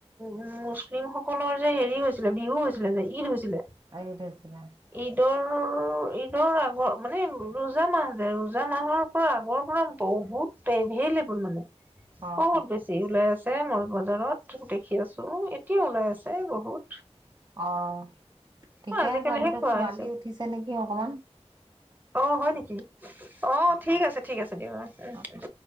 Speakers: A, on the right (about 15°); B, on the right (about 35°).
A: উম মুছলিমসকলৰ যে হেৰি হৈছিলে বিহু হৈছিলে যে ঈদ হৈছিলে
B: আনি থৈছিলা।
A: ঈদৰ ঈদৰ আগৰ মানে ৰোজা মাহ যে ৰোজা মাহৰ পৰা আগৰ পৰা বহুত এভেইলেবেল মানে
B: অ',
A: বহুত
B: অ',
A: বেছি ওলাই আছে মল বজাৰত দেখি আছো এতিয়া ওলাই আছে বহুত।
B: অ' ঠিকে
A: অ আজিকালিহে
B: আছে হব দিয়ক
A: খোৱা
B: ছোৱালী
A: হৈছে
B: উঠিছে নেকি অকমান।
A: অ' হয় নেকি অ ঠিক আছে। ঠিক আছে <inaudible> উম
B: অ'।
A: উম!